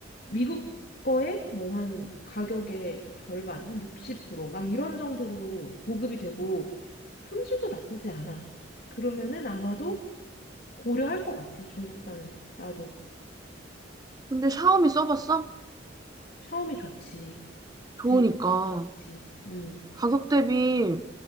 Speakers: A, on the left; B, on the right.
A: 미국 거에 뭐 한 가격의 뭐 절반, 한 60%막 이런 정도로 보급이 되고 품질도 나쁘지 않아. 그러면은 아마도 고려할 것 같아, 중국산을. 나도.
B: 근데 샤오미 써봤어?
A: 샤오미 좋지.
B: 좋으니까.
A: 대부분 다 좋지. 음.
B: 가격 대비